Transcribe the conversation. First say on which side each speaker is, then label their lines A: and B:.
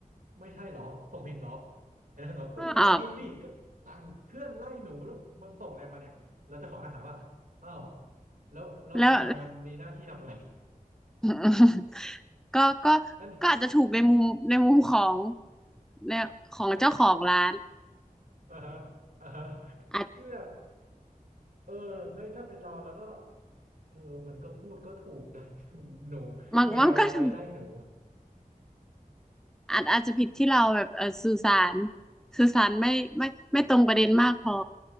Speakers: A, on the right; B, in the centre.
A: ไม่ใช่เหรอส่งผิดเหรอ ไอ้นั่นบอกก็ก็ผิดดิก็สั่งเครื่องไล่หนูแล้วมาส่งอะไรมาเนี่ยเราเจ้าของร้านถามว่าอ้าว
B: <laughs> ก็ออก
A: แล้วแล้วแมวมันมีหน้าที่ทำอะไร
B: แล้ว <laughs> ก็ก็
A: <laughs> อัน
B: ก็อาจจะถูกในมุมในมุมของในของเจ้าของร้าน
A: อ่าฮะอ่าฮะ
B: อาจ
A: คือแบบเออเฮ้ยถ้าเป็นเราแล้วก็เออมันก็พูดก็ถูกนะ <laughs> หนู
B: มันมันก็ถูก
A: แมวเอาไว้ไล่หนู
B: อาจอาจจะผิดที่เราแบบเออสื่อสารสื่อสารไม่ไม่ไม่ตรงประเด็นมากพอ